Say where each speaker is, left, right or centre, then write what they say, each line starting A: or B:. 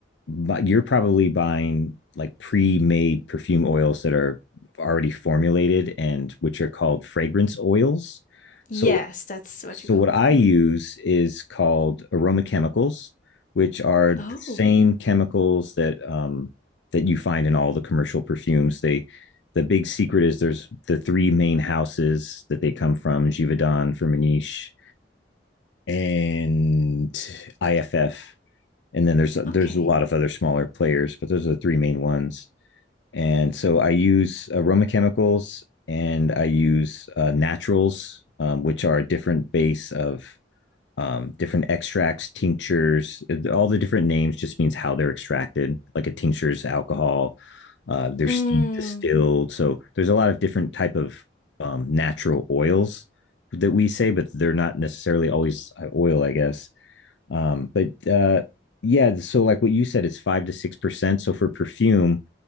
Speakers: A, on the left (about 75°); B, on the left (about 45°).
A: but you're probably buying like pre-made perfume oils that are already formulated and which are called fragrance oils. So
B: Yes, that's what
A: so
B: you call
A: what I
B: them.
A: use is called aroma chemicals, which are the
B: Oh,
A: same chemicals that um, that you find in all the commercial perfumes. They the big secret is there's the three main houses that they come from: Givaudan, Firmenich, and IFF. And then there's there's
B: okay.
A: a lot of other smaller players, but those are the three main ones. And so I use aroma chemicals and I use uh, naturals, um, which are a different base of um, different extracts, tinctures, all the different names just means how they're extracted. Like a tincture is alcohol, uh, they're
B: Mm,
A: steamed, distilled. So there's a lot of different type of um, natural oils that we say, but they're not necessarily always uh, oil, I guess. Um, but uh, yeah, so like what you said, it's five to six percent. So for perfume,